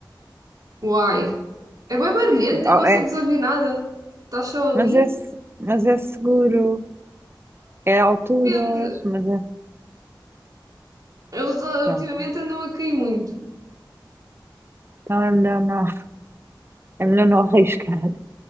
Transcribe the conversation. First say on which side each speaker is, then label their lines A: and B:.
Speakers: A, on the right (about 50°); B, on the right (about 30°).
A: Uai, é bem barulhento, nem
B: Oh,
A: consegues
B: é,
A: ouvir nada. Estás só
B: mas
A: ali.
B: é, se- mas é seguro, é alturas,
A: Depende.
B: mas é.
A: Eles ah,
B: Pronto.
A: ultimamente andam a cair muito. <laughs>
B: Então é melhor não, é melhor não arriscar.